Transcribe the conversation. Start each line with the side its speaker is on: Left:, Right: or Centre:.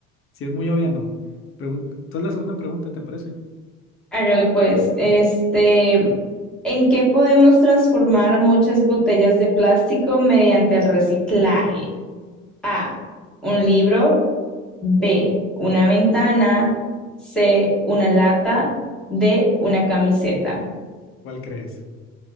Left: si es muy obvia, no. Pregun- Entonces la segunda pregunta, ¿te parece?
Centre: hágale pues. Este, ¿en qué podemos transformar muchas botellas de plástico mediante el reciclaje? A, un libro, B, una ventana, C, una lata, D, una camiseta.
Left: ¿Cuál crees?